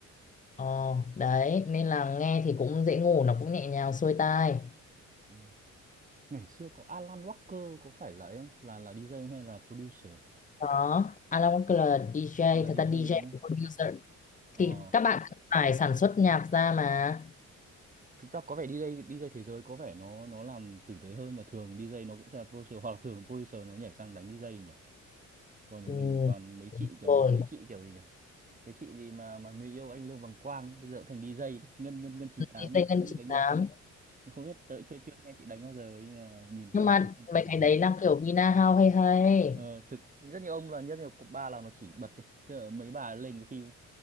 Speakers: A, on the left; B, on the right.
A: ờ, đấy nên là nghe thì cũng dễ ngủ nó cũng nhẹ nhàng xuôi tai
B: ừ. ngày xưa có Alan Walker có phải là ấy không? Là là DJ hay là producer?
A: đó Alan Walker là DJ
B: Là DJ
A: thật ra DJ
B: đúng không?
A: cũng producer
B: Ờ,
A: thì các bạn cũng phải sản xuất nhạc ra mà
B: thực ra có vẻ DJ DJ thế giới có vẻ nó nó làm tử tế hơn và thường DJ nó cũng sẽ là producer hoặc là thường producer nó nhảy sang đánh DJ nhỉ? Còn ở
A: ừ.
B: mình toàn mấy chị kiểu
A: rồi
B: mấy mấy chị kiểu gì nhỉ? Cái chị gì mà mà người yêu anh Lương Bằng Quang bây giờ cũng thành DJ đấy. Ngân Ngân Ngân 98
A: DJ Ngân
B: cũng đi
A: 98
B: đánh nhạc đấy. Tôi không biết tớ chưa chưa nghe chị đánh bao giờ nhưng mà nhìn có
A: nhưng
B: vẻ
A: mà
B: không không tin
A: mấy cái
B: lắm
A: đấy là kiểu vina house hay hay
B: ờ, thực rất nhiều ông là rất nhiều cục ba là nó chỉ bật ấy. tức là mấy bà lên có khi